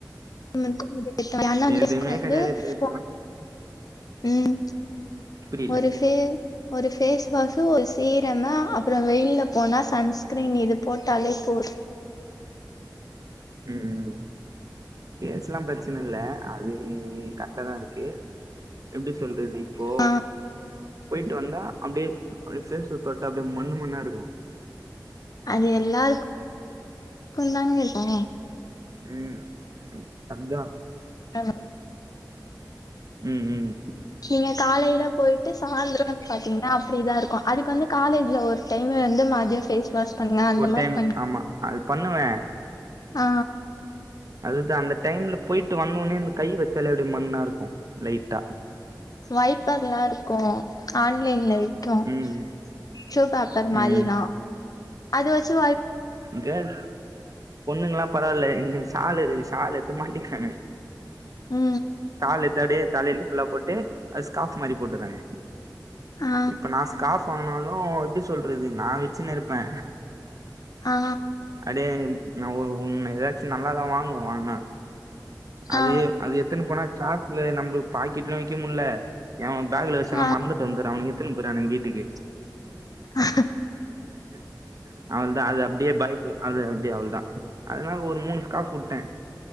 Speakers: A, on the left; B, on the right.
A: <inaudible>
B: எதுவுமே
A: வந்து
B: கிடையாது பேசலாம்
A: <inaudible> ம்
B: புரியல
A: ஒரு ஃபே ஒரு ஃபேஸ் வாஷு ஒரு சீரமு அப்புறோ வெயில்ல போனா சன்ஸ்கிரீன் இது போட் டாலே போது
B: ம் பேஸ்லா பிரச்சன இல்ல அது கரெக்டா தா இருக்கு எப்புடி சொல்றது இப்போ
A: ஆ
B: போயிட்டு வந்தா அப்டியே அப்புடி பேஸ்ஸ தொட்டா அப்டியே மண்ணு மண்ணா இருக்கு
A: அது எல்லாருக் குந்தாங்க இருக்கு
B: ம் அதுதான்
A: <inaudible>
B: ம் ம்
A: நீங்க காலையில போயிட்டு சாய்ந்தரோ வந்து பாத்தீங்கனா அப்டிதா இருக்கு அதுக்கு வந்து காலேஜ்ல ஒரு டைமு வந்து மதியோ ஃபேஸ் வாஷ் பண்ணுங்க அந்த
B: ஒரு
A: மாதிரி
B: டைம்
A: பண்ணுங்க
B: ஆமா அது பண்ணுவே
A: ஆ
B: அதுதா அந்த டைம்ல போயிட்டு வந்தோனே இந்த கை வச்சாலே அது மண்ணா இருக்கு லைட்டா
A: வைப்பர்லா இருக்கு ஆன்லைன்ல விக் க்கு
B: ம்
A: டிஷுபேப்பர் மாரிதா
B: ம்
A: அது வச்சு
B: கேர்ள் பொண்ணுங்கல்லா பரவால்ல இன்து ஷாலு இருக்குது எடுத்து மாட்டிக்கிறாங்க
A: ம்
B: ஷால் எடுத்துஅப்டியே தலையில ஃபுல்லா போட்டு அது ஸ்காஃப் மாரி போட்டுறாங்க
A: ஆ
B: இப்ப நா ஸ்காஃப் வாங்னாலு எப்டி சொல்றது நா வச்சுனு இருப்பே
A: ஆ
B: ப்டியே நா ஒ ஒன்னு எதாச்சு நல்ல தா வாங்குவே வாங்குனா அது
A: ஆ
B: அது எத்துனு போனா க்ளாஸ்ல நம்ளு பாக்கெட்லயு வெக்க முல்ல எவே பேக்ல வச்சாலு
A: ஆ
B: மறந்துட்டு வந்துற அவனுக எத்துன்னு போயிறானுங்க வீட்டுக்கு
A: அ
B: அ அவள்தா அது அப்டியே பயப் அது அப்டியே அவள்தா அதனால ஒரு மூணு ஸ்காஃப் விட்டே